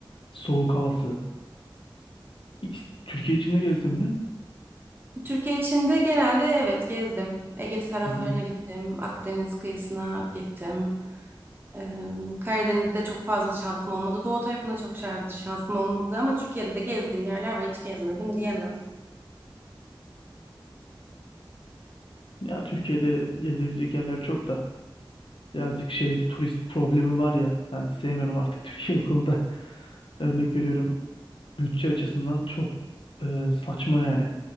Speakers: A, on the left; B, on the right.
A: Soğuk havası. İs- Türkiye içinde gezdin mi?
B: Türkiye içinde genelde evet gezdim. Ege taraflarına
A: Hı-hı.
B: gittim, Akdeniz kıyısına gittim. Ee, Karadeniz'de çok fazla şansım olmadı. Doğu tarafında çok şans- şansım olmadı ama Türkiye'de de gezdiğim yerler var hiç gezmedim diyemem.
A: Ya Türkiye'de gezebilecek yerler çok da. Birazcık şey turist problemi var ya. Ben sevmiyorum artık Türkiye bu konuda. <laughs> Örnek veriyorum. bütçe açısından çok e, saçma yani.